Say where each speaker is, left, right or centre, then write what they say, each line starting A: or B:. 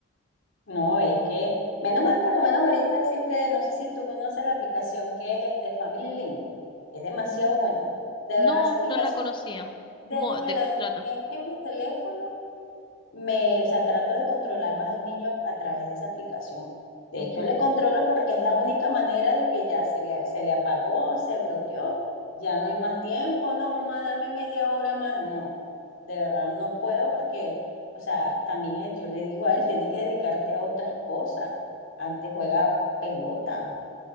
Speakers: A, on the left; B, on the left.
A: No, es que, menos mal, por lo menos ahorita existe, no sé si tú conoces la aplicación que es este Family Link, es demasiado
B: Mm,
A: buena. De
B: No,
A: verdad, esa aplicación,
B: no la conocía.
A: desde
B: ¿Cómo?
A: que
B: ¿De
A: la
B: qué se trata?
A: dejé en mi teléfono, me, o sea, trato de controlar más al niño a, a través de esa aplicación. De
B: Ujú,
A: hecho, le controlo porque es la única manera de que ya se le, se le apagó, se bloqueó, ya no hay más tiempo. No, mamá, dame media hora más. No, de verdad no puedo porque, o sea, también eh, yo le digo a él, tienes que dedicarte a otras cosas. Antes juega pelota,